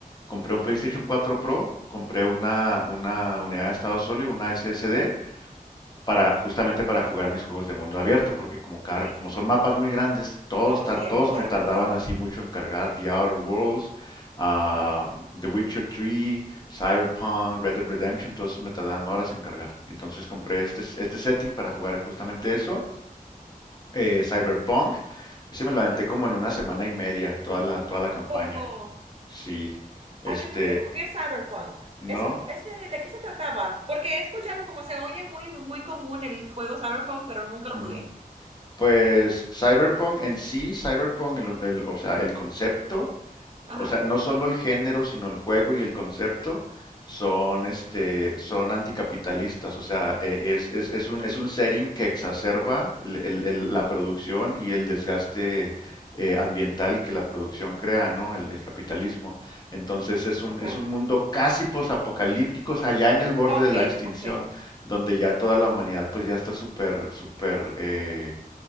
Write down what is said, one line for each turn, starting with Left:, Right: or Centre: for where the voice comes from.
Left: compré un PlayStation 4 Pro, compré una, una unidad de estado sólido, una SSD, para, justamente para jugar mis juegos de mundo abierto, porque como, car-
Right: sí,
Left: como
Right: sí, sí.
Left: son mapas muy grandes, todos,
Right: Oh,
Left: tar-
Right: sí,
Left: todos
Right: enormes.
Left: me tardaban así mucho en cargar The Outer Worlds, ah, The Witcher 3, Cyberpunk,
Right: Ajá,
Left: Red Dead Redemption, todos esos me tardaban horas en cargar. Entonces compré este, este setting para jugar justamente eso, eh, Cyberpunk. Ese me lo
Right: ajá.
Left: aventé como en una semana y media, toda la, toda la
Right: ¿A
Left: campaña.
Right: poco?
Left: Sí, este,
Right: A ver, nunca jugué Cyberpunk.
Left: no.
Right: ¿Ese, ese, de qué se trataba? Porque he escuchado como se oye muy, muy común el juego Cyberpunk, pero nunca lo
Left: Ujú.
Right: jugué.
Left: Pues Cyberpunk en sí, Cyberpunk, el, el- o sea, el concepto.
Right: Ajá.
Left: O sea, no solo el género, sino el juego y el concepto son, este, son anticapitalistas. O sea, e- es, es- es un, es un setting que exacerba el- el- el- la producción y el desgaste eh, ambiental que la producción crea, ¿no? El, el capitalismo. Entonces es un,
Right: Okay.
Left: es un mundo casi posapocalíptico, o sea, ya en el borde
Right: Okay,
Left: de la extinción,
Right: okay.
Left: donde ya toda la humanidad pues ya está súper, súper... eh,